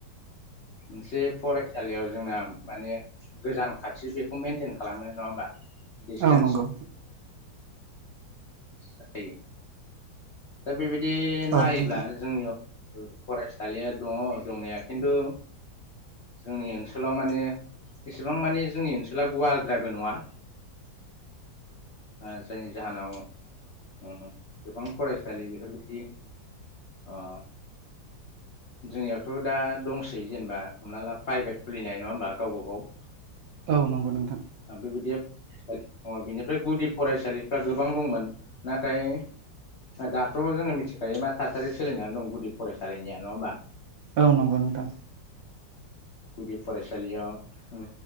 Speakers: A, on the left; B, on the right.
A: मोनसे फरायसालियाव जोंना माने गोजान खाथि बेखौ मेनटेन खालामो नङा होमबा डिसटेन्स
B: औ नंगौ
A: जायो दा बेबायदि
B: औ
A: नायोब्ला
B: नोंथां
A: जोंनियाव फरायसालिया दङ दंनाया खिन्थु जोंनि ओनसोलाव माने एसेबां मानि जोंनि ओनसोला गुवारद्रायबो नङा
B: <inaudible>
A: ओ जायनि जाहोनाव उम गोबां फरायसालि बेफोरबायदि आ जोंनियावथ' दा दंसै जेनबा हमना ला प्राइभेट खुलिनाय नङा होमबा गावबा गाव
B: औ नंगौ नोंथां
A: आ बे बायदिया दङ बिनिफ्राय गुदि फरायसालिफ्रा गोबां दंमोन नाथाय दाथ' जोङो मिथिखायो मा थासारि सोलिनानै दं गुदि फरायसालिनिया नङा होमबा
B: औ नंगौ नोंथां
A: गुदि फरायसालियाव